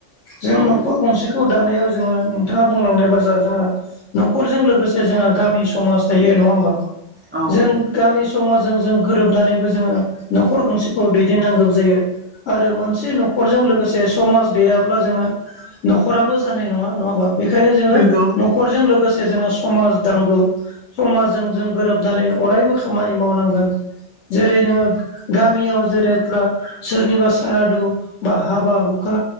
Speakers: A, on the left; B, on the right.
A: जों
B: औ
A: न'खर गंसे खौ दानायाव जोङो नोंथाङा बुंलांनाय बा जों जोंहा न'खरजों लोगोसे जोंहा गामि समाज थायो नङा होमबा
B: औ
A: जों गामि समाजजों जों गोरोबनानैबो जोङो न'खर गंसेखौ दैदेननांगौ जायो आरो मोनसे न'खरजों लोगोसे समाज गैयाब्ला जोङो न'खराबो जानाय नङा नङाबा बेखायनो जोङो
B: नंगौ
A: न' खरजों लोगोसे जोङो समाज दांगौ समाजजों जों गोरोबनानै अरायबो खामानि मावनांगोन जेरै नोङो गामियाव जेरैब्ला सोरनिबा सारादु बा हाबा हु खा